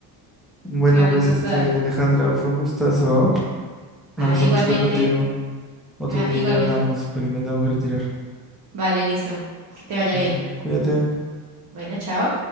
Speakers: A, in the centre; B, on the right (about 45°).
A: Bueno,
B: Claro,
A: pues
B: total.
A: este, Alejandra, fue un gustazo, ¿ah? Me
B: Ah,
A: gustó
B: igualmente,
A: mucho estar contigo. Otro
B: ah,
A: día
B: igualmente.
A: ya hablamos porque me tengo que retirar.
B: Vale, listo. Que te vaya
A: Cuídate.
B: bien.
A: cuídate.
B: Bueno, chao.